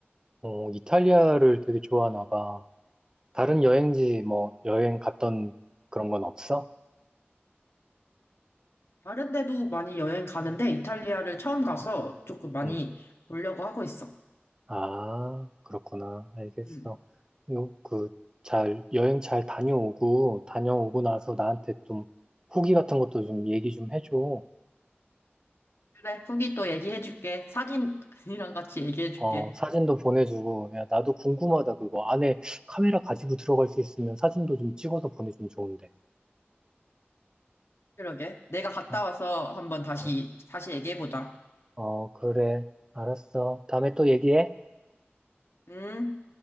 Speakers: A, on the right; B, on the left.
A: 어, 이탈리아를 되게 좋아하나 봐. 다른 여행지 뭐 여행 갔던 그런 건 없어?
B: 다른 데도 많이 여행 가는데 이탈리아를 처음 가서 조금 많이
A: 음.
B: 보려고 하고 있어.
A: 아, 그렇구나. 알겠어.
B: 음.
A: 요, 그, 잘, 여행 잘 다녀오고, 다녀오고 나서 나한테 좀 후기 같은 것도 좀 얘기 좀 해줘.
B: 그래, 후기 또 얘기해줄게. 사진이랑 같이 얘기해줄게.
A: 어, 사진도 보내주고, 야, 나도 궁금하다, 그거. 안에 카메라 가지고 들어갈 수 있으면 사진도 좀 찍어서 보내주면 좋은데.
B: 그러게. 내가 갔다
A: 어,
B: 와서 한번 다시,
A: 어,
B: 다시 얘기해보자.
A: 어, 그래. 알았어. 다음에 또 얘기해.
B: 응?